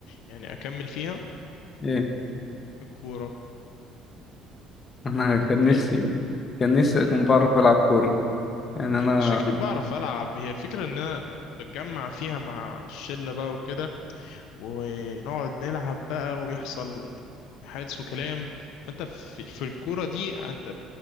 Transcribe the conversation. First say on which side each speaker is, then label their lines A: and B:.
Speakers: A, on the left; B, on the left.
A: يعني اكمل فيها
B: ايه
A: الكورة
B: انا
A: بجد
B: كان نفسي
A: يعني
B: كان نفسي
A: مم.
B: اكون بعرف العب كورة يعني انا
A: مش فكرة بعرف العب هي الفكرة ان انا كنت بتجمع فيها مع الشلة بقى وكده ونقعد نلعب بقى ويحصل حادث وكلام فانت في, في الكورة دي انت